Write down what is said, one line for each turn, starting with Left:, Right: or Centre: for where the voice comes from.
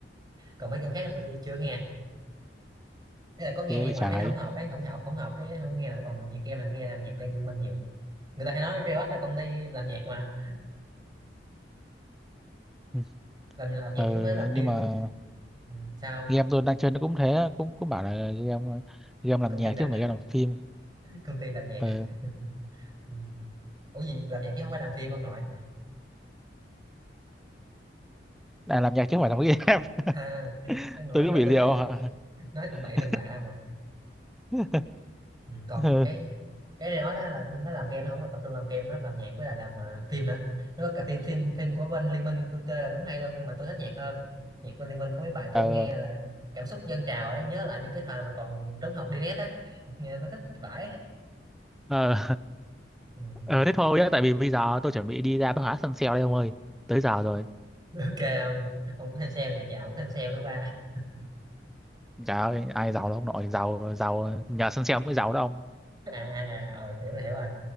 Right: Còn mấy game khác là tôi chưa nghe. Bây giờ có nghe
Centre: ghê
Right: nhưng
Centre: vậy
Right: mà
Centre: trái
Right: thấy nó không hợp ấy, không hợp, không hợp cái không nghe nữa. Còn nhạc kem là nghe là nhạc game liên minh nhiều. Người ta hay nói Riot là công ty làm nhạc mà,
Centre: Ừ.
Right: làm làm nhạc
Centre: ờ
Right: với làm
Centre: nhưng
Right: phim.
Centre: mà
Right: Ừ, sao?
Centre: game tôi đang chơi nó cũng thế cũng cũng bảo là game game làm
Right: Công
Centre: nhạc
Right: ty làm
Centre: chứ không
Right: nhạc,
Centre: phải game làm phim
Right: công ty làm nhạc.
Centre: ờ
Right: à? Ừ. ủa gì làm nhạc chứ không phải làm phim ông nội
Centre: à, làm nhạc chứ không phải làm game
Right: à,
Centre: <laughs>
Right: ông nội
Centre: tôi
Right: nói
Centre: cứ bị
Right: tầm
Centre: liệu
Right: bậy
Centre: hả
Right: nói tầm bậy
Centre: <laughs>
Right: tầm bạ mà
Centre: <laughs>
Right: ừ, còn
Centre: ờ
Right: cái cái này nói đó là nó làm game nó không có tập trung làm game nó làm nhạc với lại làm ờ, phim nữa nó có cả phim phim phim của bên Liên Minh tôi chơi là đúng hay đâu nhưng mà tôi thích nhạc hơn nhạc bên Liên Minh có mấy bài kiểu
Centre: ờ
Right: nghe là cảm xúc dâng trào ấy nhớ lại những cái thời mà còn trốn học đi net á <laughs> nghe nó thích vãi
Centre: ờ
Right: ừ.
Centre: ờ, thế thôi nhá tại vì bây giờ tôi chuẩn bị đi ra bách hóa sân sale đây ông ơi tới giờ rồi
Right: ok ông ông cũng sang sale nhà giàu cũng sang sale nữa ba <laughs>
Centre: trời ơi ai giàu đâu ông nội giàu giàu nhờ sân sale mới giàu đó ông
Right: à, à, à, ờ hiểu rồi hiểu rồi